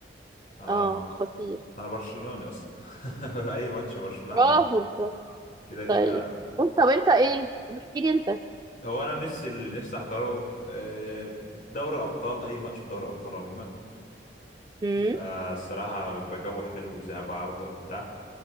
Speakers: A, on the left; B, on the right.
A: اه
B: اه خطير
A: انا برشلوني اصلا <laughs> اي ماتش برشلونه
B: برافو برافو.
A: كده كده
B: طيب انت طب انت ايه طب احكي لي انت
A: هو انا نفسي اللي نفسي احضره آه، دوري ابطال اي ماتش في دوري ابطال عموما
B: امم
A: بيبقى الصراحه بيبقى جو حلو وذهاب وعوده وبتاع